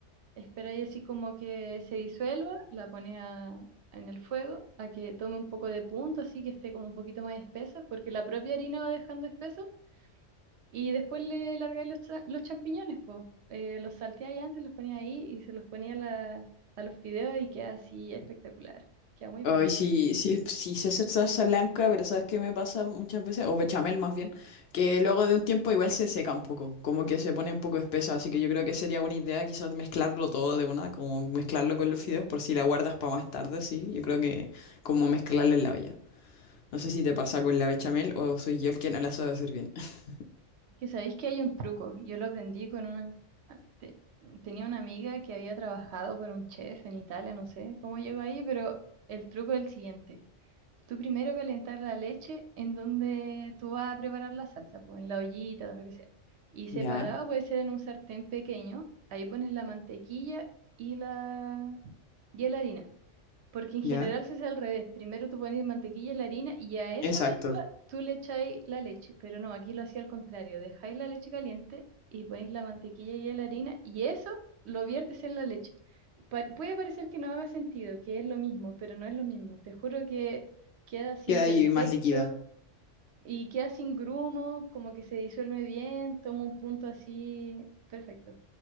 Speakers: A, on the right (about 65°); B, on the left (about 65°).
A: esperáis así como que se disuelva, la pone a- en el fuego, a que tome un poco de punto, así que esté como un poquito más espesa, porque la propia harina va dejando espeso y después le largáis los, cha- los champiñones, po. Eh, los salteáis antes, los ponía ahí y se los ponía a la- a los fideos y queda así espectacular. Queda muy bueno.
B: Ay, sí, sí, sí se hace salsa blanca, pero ¿sabes qué me pasa muchas veces? O bechamel más bien, que luego de un tiempo igual se seca un poco, como que se pone un poco espesa, así que yo creo que sería buena idea quizás mezclarlo todo de una, como mezclarlo con los fideos
A: Sí,
B: por si la guardas para más tarde, sí, yo creo que como mezclarla
A: sí.
B: en la olla. No sé si te pasa con la bechamel o soy yo el que no la sabe hacer bien. <laughs>
A: Es que sabéis que hay un truco. Yo lo aprendí con una... ah, te- tenía una amiga que había trabajado para un chef en Italia, no sé cómo llegó ahí, pero el truco es el siguiente. Tú primero calentar la leche en donde tú vas a preparar la salsa, pues en la ollita o lo que sea. Y separado
B: Ya,
A: puede ser en un sartén pequeño. Ahí pones la mantequilla y la, y la harina. Porque en general
B: ya.
A: se hace al revés. Primero tú pones mantequilla y la harina y a esa
B: Exacto,
A: mezcla tú le echáis la leche. Pero no, aquí lo hacía al contrario. Dejáis la leche caliente y ponéis la mantequilla y la harina y eso lo viertes en la leche. Pa- puede parecer que no haga sentido, que es lo mismo, pero no es lo mismo. Te juro que queda así
B: queda
A: perfecto
B: ahí más líquida.
A: y queda sin grumos como que se disuelve bien, toma un punto así perfecto.